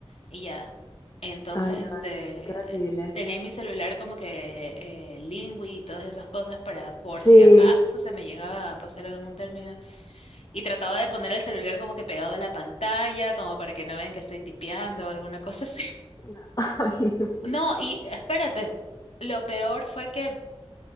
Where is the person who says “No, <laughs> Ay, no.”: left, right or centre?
Left